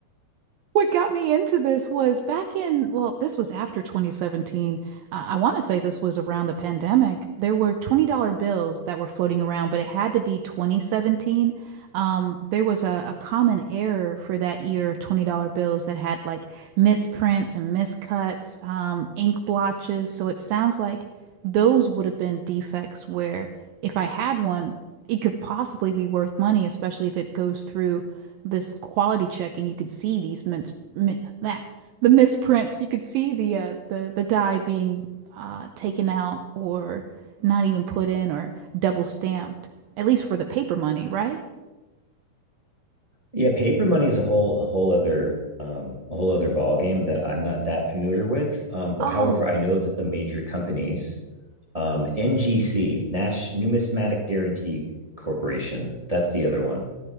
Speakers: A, on the right; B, on the right.
A: What got me into this was back in, well, this was after 2017. Uh, I want to say this was around the pandemic. There were $20 bills that were floating around, but it had to be 2017. Um, there was a, a common error for that year of $20 bills that had like misprints and miscuts, um, ink blotches. So it sounds like Those would have been defects where if I had one, it could possibly be worth money, especially if it goes through this quality check and you could see these mints, mi that, the misprints. You could see the uh, the the die being uh, taken out or not even put in or double stamped, at least for the paper money, right?
B: Yeah, paper money is a whole a whole other um, a whole other ball game that I'm not that familiar with. Um, but
A: Oh,
B: however, I know that the major companies, um, NGC, Nash Numismatic Guarantee Corporation, that's the other one.